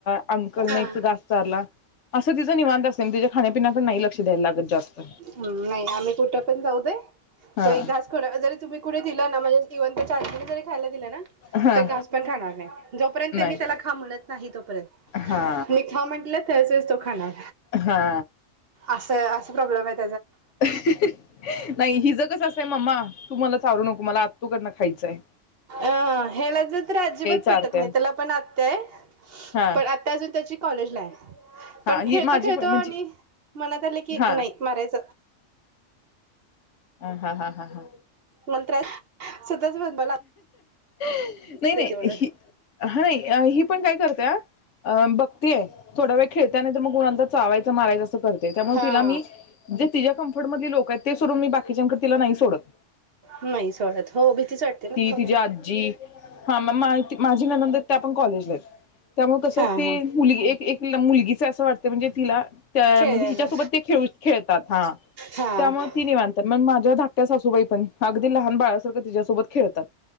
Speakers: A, on the left; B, on the right.
A: अंकलने
B: हा
A: एक घास चारला अस ति तीच निवांत असतय तीच्या खाण्यापिण्याकड नाही लक्ष द्यायला लागत जास्त
B: हूं नाही आम्ही कुठ पण जाऊ दे
A: हा
B: तो एक घास कोणं जरी तुम्ही कुणी दिलं <unintelligible> इव्हन त्याच्या आजीने जरी खायला दिल ना
A: हा
B: ते घास पण खाणार नाही जोपर्यंत
A: नाही
B: ते मी त्याला खा म्हणत नाही तोपर्यंत
A: हा
B: मी खा म्हटल तर स तो खाणार
A: हा
B: अस <unintelligible>
A: ही ही ह नाय हिज कस असतय मम्मा तू मला चारू नको मला आत्तू कडन खायचय
B: अ हेला ज तर अजिबात
A: चारत्या
B: पटत नाही त्याला पण आत्याय
A: हा
B: पण आता अजून त्याची कॉलेजलाये पण
A: हा ही
B: खेळतो
A: माझी
B: खेळतो
A: पण म्हणजे
B: आणि मनात आल की
A: हा
B: नाही मारायच
A: ह हा हा हा हा
B: <unintelligible> <unintelligible>
A: नाही नाही
B: देते म्हणून
A: ही ह ही पण काय करते अ बघते थोडा वेळ खेळताना जर मग कुणाला तर चावायच मारयच करते त्यामुळे
B: हा
A: तिला मी जे तिज्या क <unintelligible> लोक आहेत ते सोडून मी बाकीच्याकड तिला नाही सोडत
B: नाही सोडत हो भीतीच वाटते ना
A: तिझी
B: पोरांना
A: आजी हा म माझी ननंद आहेत त्या पण कॉ <inaudible> त्यामुळ कस
B: हा
A: ती
B: हा
A: मुलगी एक एक मुलगीच अस वाट म्हणजे तिला त्या
B: खेळायला
A: म्हणजे हिच्यासोबत ते खेळु खेळतात हा
B: हा
A: त्यामुळे ती निवांत मग माझ्या धाकट्या सासूबाई पण अगदी लहान बाळ सारखं तिच्यासोबत खेळतात